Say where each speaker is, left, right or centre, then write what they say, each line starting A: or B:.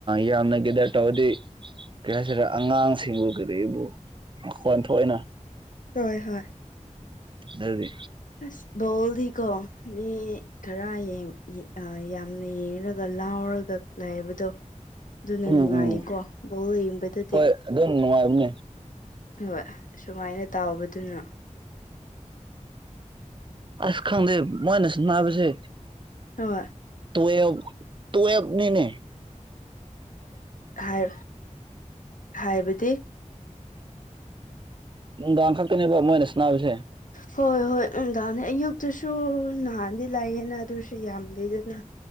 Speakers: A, on the right (about 40°); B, on the left (about 85°).
A: ꯌꯥꯝꯅꯕꯤꯗ ꯇꯧꯗꯤ ꯀꯔꯤ ꯍꯥꯏꯁꯤꯔꯥ ꯑꯉꯥꯡꯁꯤꯡꯕꯨ ꯀꯔꯤꯕ ꯃꯈꫭꯟ ꯊꯣꯛꯏꯅ
B: ꯍꯣꯏ ꯍꯣꯏ
A: ꯑꯗꯨꯅꯤ
B: ꯑꯁ ꯕꫭꯜꯗꯤꯀꯣ ꯃꯤ ꯈꯔ ꯌꯦꯡ ꯑ ꯌꯥꯝꯅ ꯌꯦꯡꯔꯒ ꯂꯥꯎꯔꯒ ꯂꯩꯕꯗꯣ ꯑꯗꯨꯅ
A: ꯎꯝ
B: ꯅꯨꯡꯉꯥꯏꯀꯣ
A: ꯎꯝ
B: ꯕꫭꯜ ꯌꯦꯡꯕꯗꯗꯤ
A: ꯍꯣꯏ ꯑꯗꯨꯝ ꯅꯅꯨꯡꯉꯥꯏꯔꯝꯅꯦ
B: ꯍꯣꯏ ꯁꯨꯃꯥꯏꯅ ꯇꯥꯎꯕꯗꯨꯅ
A: ꯑꯁ ꯈꯪꯗꯦ ꯃꯣꯏꯅꯁꯨ ꯅꯥꯕꯁꯦ
B: ꯍꯣꯏ
A: ꯇꯋ ꯇꯨꯅꯤꯅꯦ
B: ꯍꯥꯏ ꯍꯥꯏꯕꯗꯤ
A: ꯅꯨꯡꯗꯥꯡ ꯈꯛꯇꯅꯦꯕ ꯃꯣꯏꯅꯁꯅꯥꯁꯦ
B: ꯍꯣꯏ ꯍꯣꯏ ꯎꯟꯗꯥꯅꯦ ꯑꯌꯨꯛꯇꯁꯨ ꯅꯍꯥꯟꯗꯤ ꯂꯥꯛꯑꯅ ꯑꯗꯨꯁꯨ ꯌꯥꯝꯗꯦꯗꯅ